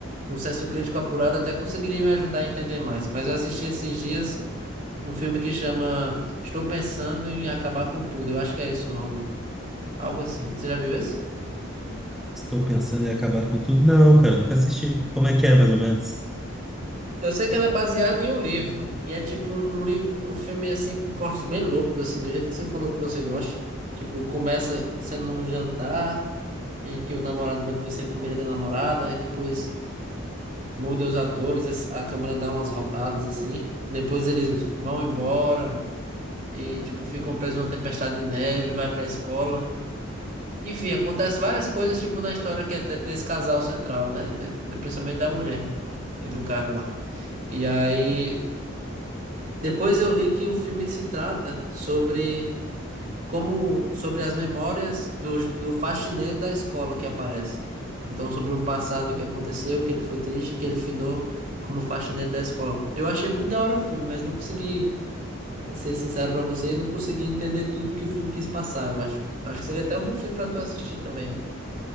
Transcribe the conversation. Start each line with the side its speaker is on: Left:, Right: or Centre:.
Right: um senso crítico apurado, até conseguiria me ajudar a entender mais. Mas eu assisti esses dias. Um filme que chama Estou Pensando em Acabar com Tudo. Eu acho que é esse o nome. Algo assim. Você já viu esse?
Centre: estou pensando em acabar com tudo. Não, cara, nunca assisti. Como é que é, mais ou menos?
Right: Eu sei que ele é baseado em um livro. E é tipo um, um livro, um filme assim com cortes bem loucos, assim, do jeito que você falou que você gosta. Tipo, começa sendo um jantar em que o namorado vai conhecer a família da namorada, e depois muda os atores, as- a câmera dá umas rotadas assim. Depois eles vão embora e tipo ficam presos numa tempestade de neve, vai pra escola. Enfim, acontece várias coisas, tipo, na história que é de- desse casal central, né? De- de- principalmente da mulher e do cara lá. E aí, depois eu li que o filme se trata sobre como, sobre as memórias do, j- do faxineiro da escola que aparece. Então, sobre um passado que aconteceu, que ele foi triste, que ele finou como faxineiro da escola. Eu achei muito da hora o filme, mas não consegui ser sincero pra você, eu não consegui entender tudo que o filme quis passar, eu acho. Acho que seria até um bom filme pra tu assistir também.